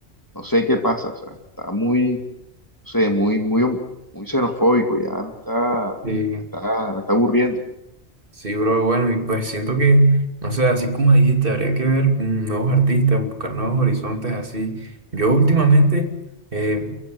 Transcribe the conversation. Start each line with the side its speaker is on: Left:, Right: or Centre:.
Left: no sé qué pasa, o sea, está muy no sé, muy, muy, muy xenofóbico, ya me está,
Right: Sí.
Left: me está, me está aburriendo.
Right: Sí, bro, bueno, y pues siento que, no sé, así como dijiste, habría que ver mm, nuevos artistas, buscar nuevos horizontes, así. Yo últimamente, eh,